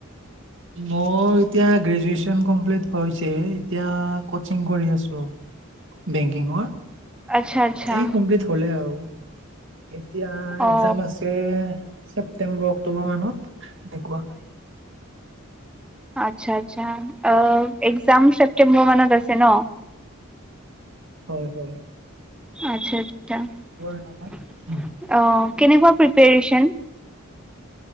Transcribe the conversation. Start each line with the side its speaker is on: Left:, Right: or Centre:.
Right: মই এতিয়া গ্ৰেজুৱচন কমপ্লিট হৈছে, এতিয়া কোচিং কৰি আছো।
Centre: <unintelligible>
Right: বেংকিঙৰ,
Centre: আচ্ছা আচ্ছা
Right: এই কমপ্লিট হ'লে আৰু। এতিয়া এক্জাম
Centre: অ
Right: আছে ছেপ্তেম্বৰ-অক্টোবৰ মানত এনেকুৱা।
Centre: আচ্ছা-আচ্ছা। এক্জাম চেপ্টেম্বৰ মানত আছে ন।
Right: হয়-হয়।
Centre: আচ্ছা-আচ্ছা। অঁ',
Right: এনেকুৱাত।
Centre: কেনেকুৱা প্ৰিপয়েচন?